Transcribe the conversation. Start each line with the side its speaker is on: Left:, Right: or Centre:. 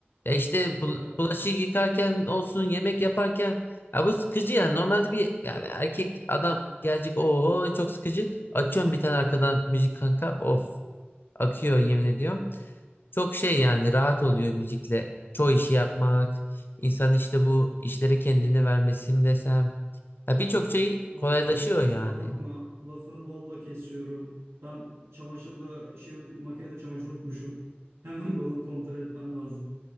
Left: Ya işte bul-
Right: Evet.
Left: bulaşık yıkarken olsun yemek yaparken. Ya bu sıkıcı yani. Normalde bir yani erkek adam gelecek. Oo çok sıkıcı. Açıyorum bir tane arkadan müzik kanka. Of akıyor yemin ediyorum. Çok şey yani rahat oluyor müzikle. Çoğu işi yapmak, insan işte bu işlere kendini vermesi mi desem. Ya birçok şey
Right: Abi
Left: kolaylaşıyor
Right: kusura
Left: yani.
Right: bakma lafını balla kesiyorum. Ben çamaşırda şey, makinede çamaşır unutmuşum. <laughs> Hemen bir onu kontrol etmem lazım.